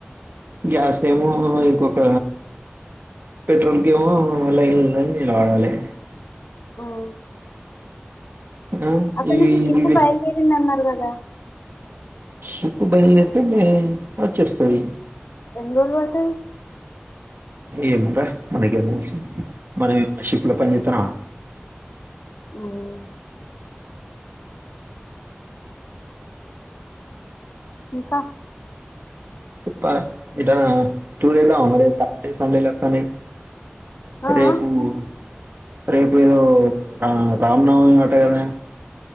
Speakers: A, on the right; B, on the left.
A: గ్యాస్ ఏమో ఇంకొక పెట్రోల్కి ఏమో లైన్ లైన్ నిలబడాలి
B: మ్మ్
A: ఆ,
B: అక్కడ
A: ఇవి
B: నుంచి షిప్పు
A: ఇవి
B: బయలుదేరింది అన్నారు గదా
A: షిప్ బయల్దేరితే మే వచ్చేస్తది
B: ఎన్ రోలు వడుతది
A: ఏమో రా మనకేం తెలుసు మనం ఏమైనా షిప్ లో పని చేతన్నామా
B: మ్మ్ ఇంకా
A: ఇప్ప ఇట స్టూల్ ఏదామా మరి శాటర్డే సండేలు అతన్నాయ్
B: ఆ ఆ
A: రేపువు రేపు ఏదో రా రామనవమి అంట గదా